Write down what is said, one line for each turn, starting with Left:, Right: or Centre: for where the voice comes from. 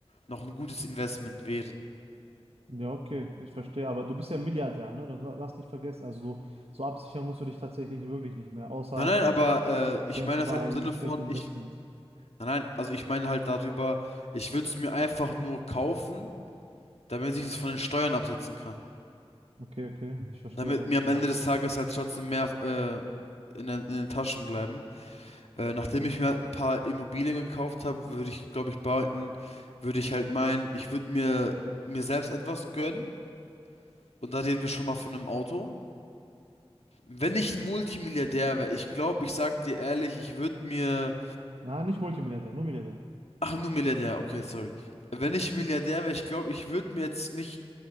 Left: noch ein gutes Investment wären.
Right: ja, okay, ich verstehe. Aber du bist ja Milliardär, ne? Das lass nicht vergessen. Also so, so absichern musst du dich tatsächlich wirklich nicht mehr, außer
Left: Nein, nein, aber
Right: du
Left: äh, ich
Right: denkst
Left: meine
Right: über
Left: das halt
Right: einen
Left: im Sinne
Right: schlechten
Left: von,
Right: Investment.
Left: ich, nein, nein, also ich meine halt darüber, ich würde es mir einfach nur kaufen, damit ich es von den Steuern absetzen kann.
Right: Okay, okay, ich verstehe
Left: damit
Right: ganz
Left: mir am
Right: genau.
Left: Ende
Right: was
Left: des
Right: du-
Left: Tages halt trotzdem mehr äh, in, den- in den Taschen bleiben. Äh, nachdem ich mir halt ein paar Immobilien gekauft habe, würde ich, glaube ich, behalten, würde ich halt meinen, ich würde mir, mir selbst etwas gönnen. Und da reden wir schon mal von einem Auto. Wenn ich ein Multimilliardär wäre, ich glaube, ich sag dir ehrlich, ich würde mir.
Right: Na, nicht Multimilliardär, nur Milliardär.
Left: Ach, nur Milliardär, okay, sorry. Wenn ich Milliardär wäre, ich glaube, ich würde mir jetzt nicht